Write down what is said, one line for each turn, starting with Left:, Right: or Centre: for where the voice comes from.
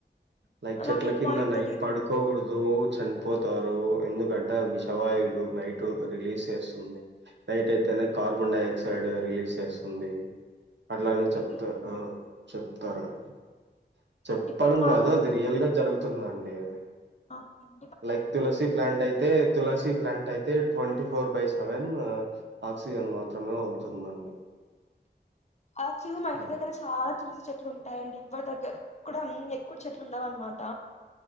Right: లైక్ చెట్ల
Left: నాకు ఈ
Right: కింద
Left: పాయింట్
Right: నైట్
Left: తెలీదు
Right: పడుకోకూడదు చనిపోతారు. ఎందుకంటే విషవాయువులు నైట్ రిలీజ్ చేస్తుంది. నైట్ అయితేనే కార్బన్ డై ఆక్సైడ్ రిలీజ్ చేస్తుంది. అట్లా అని
Left: ఓకే
Right: అని చెప్తార్ ఆ చెప్తారండ. చెప్పడం
Left: అండి బట్
Right: కాదు అది రియల్ గా జరుగుతుందండి అది
Left: అవును
Right: లైక్ తులసి ప్లాంట్ అయితే తులసి ప్లాంట్ అయితే ట్వంటీ
Left: ఆ
Right: ఫోర్ బై సెవెన్ ఆక్సిజన్ మాత్రమే వదులుతుందండి.
Left: యాక్చువాల్గా మా ఇంటి
Right: అది.
Left: దగ్గర చాలా తులసి చెట్లు ఉం ఉంటాయి అండి మా దగ్గర ఇక్కడ ఎక్కువ చెట్లు ఉండవు అనమాట